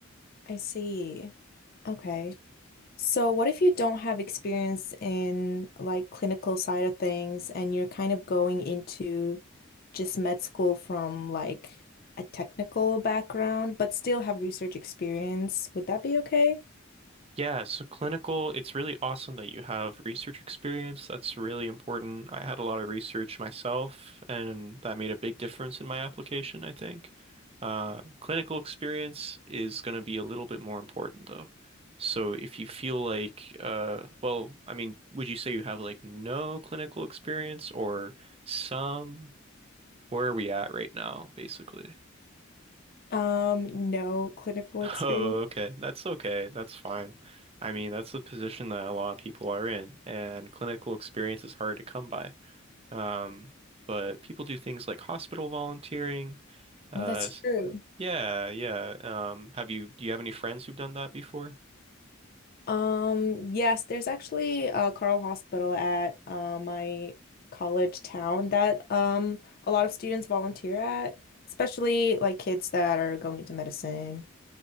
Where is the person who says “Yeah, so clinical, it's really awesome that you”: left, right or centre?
Right